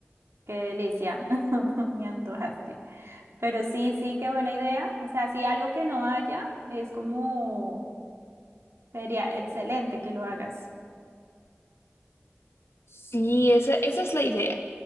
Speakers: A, on the right; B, on the left.
A: qué delicia, <laughs> me antojaste. Pero sí, sí, qué buena idea. O sea, si algo que no haya es como, sería excelente que lo hagas.
B: Sí, esa, esa es la idea.